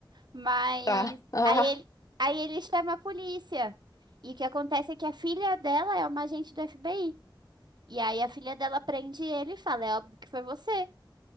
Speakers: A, on the right; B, on the left.
A: Mas,
B: tá. <laughs>
A: aí ele,
B: Ah,
A: aí ele chama a polícia. E o que acontece é que a filha dela é uma agente do FBI. E aí a filha dela prende ele e fala, é óbvio que foi você.